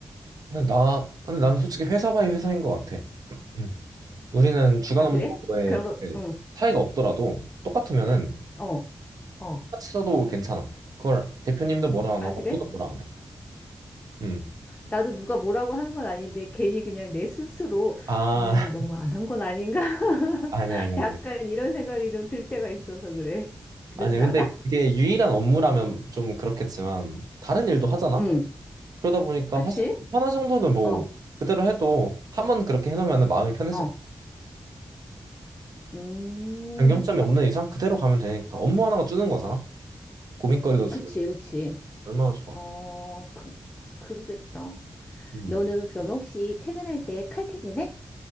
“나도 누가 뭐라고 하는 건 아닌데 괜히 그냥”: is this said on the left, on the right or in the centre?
Left